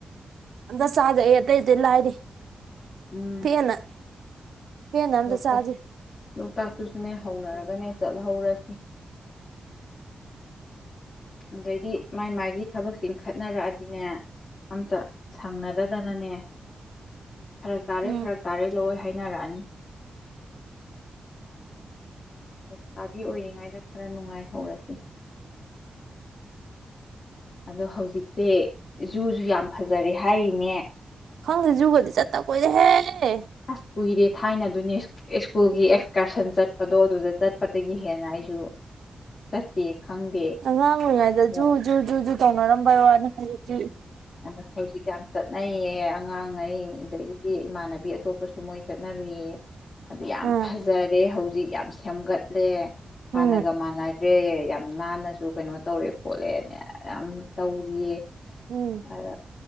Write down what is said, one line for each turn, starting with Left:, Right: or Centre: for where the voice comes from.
Right: ꯑꯝꯇ ꯆꯥꯖ ꯑꯩ ꯑꯇꯩ ꯑꯇꯩ ꯂꯥꯏꯔꯤ
Left: ꯎꯝ
Right: ꯄꯦꯟꯅ ꯄꯦꯟꯅ ꯑꯝꯇ
Left: ꯂꯣꯛꯇꯥꯛ
Right: ꯆꯥꯁꯦ
Left: ꯂꯣꯛꯇꯥꯛꯇꯨꯁꯨꯅꯦ ꯍꯧꯅꯔꯒꯅꯦ ꯆꯠꯍꯧꯔꯁꯤ ꯑꯗꯩꯗꯤ ꯃꯥꯏ ꯃꯥꯒꯤ ꯊꯕꯛ ꯆꯤꯡꯈꯠꯅꯔꯛꯑꯗꯤꯅꯦ ꯑꯝꯇ ꯁꯪꯅꯗꯗꯅꯅꯦ ꯐꯔꯛ ꯇꯥꯔꯦ
Right: ꯎꯝ
Left: ꯐꯔꯛ ꯇꯥꯔꯦ ꯂꯣꯏ ꯍꯥꯏ ꯅꯥꯔꯥꯅꯤ ꯂꯩꯁꯥꯕꯤ ꯑꯣꯏꯔꯤꯉꯥꯏꯗ ꯈꯔ ꯅꯨꯡꯉꯥꯏꯍꯧꯔꯁꯤ ꯑꯗꯣ ꯍꯧꯖꯤꯛꯁꯦ ꯖꯨꯁꯨ ꯌꯥꯝ ꯐꯖꯔꯦ ꯍꯥꯏꯔꯤꯅꯦ
Right: ꯈꯪꯗꯦ ꯖꯨꯒꯗꯤ ꯆꯠꯇ ꯀꯣꯏꯔꯦ ꯍꯦ ꯍꯦ
Left: ꯑꯁ ꯀꯨꯏꯔꯦ ꯊꯥꯏꯅꯗꯨꯅꯦ ꯏꯁ꯭ꯀꯨꯜꯒꯤ ꯑꯦꯛꯁꯀꯔꯁꯟ ꯆꯠ ꯑꯗꯨꯗꯣ ꯑꯗꯨꯗ ꯆꯠꯄꯗꯒꯤ ꯍꯦꯟꯅ ꯑꯩꯁꯨ ꯆꯠꯇꯦ ꯈꯪꯗꯦ
Right: ꯑꯉꯥꯡ ꯑꯣꯏꯔꯤꯉꯩꯗ
Left: ꯑꯗꯣ
Right: ꯖꯨ ꯖꯨ ꯖꯨ ꯨ ꯇꯧꯅꯔꯝꯕꯩ ꯋꯥꯅꯤ ꯍꯧꯖꯤꯛꯀꯤ
Left: ꯑ ꯍꯧꯖꯤꯛ ꯀ ꯆꯠꯅꯩꯌꯦ ꯑꯉꯥꯡꯈꯩ ꯑꯗꯒꯤꯗꯤ ꯏꯃꯥꯟꯅꯕꯤ ꯑꯇꯣꯞꯄꯁꯨ ꯃꯣꯏ ꯆꯠꯅꯔꯨꯏ ꯑꯗꯨ ꯌꯥꯝ
Right: ꯎꯝ
Left: ꯐꯖꯔꯦ ꯍꯧꯖꯤꯛ ꯍꯧꯖꯤꯛ ꯌꯥꯝ ꯁꯦꯝꯒꯠꯂꯦ ꯍꯥꯟꯅꯒꯃꯅꯗꯦ
Right: ꯎꯝ
Left: ꯌꯥꯝ ꯅꯥꯟꯅꯁꯨ ꯀꯩꯅꯣ ꯇꯧꯔꯦ ꯈꯣꯠꯂꯦꯅꯦ ꯌꯥꯝ ꯇꯧꯔꯤꯌꯦ
Right: ꯎꯝ
Left: ꯑꯗ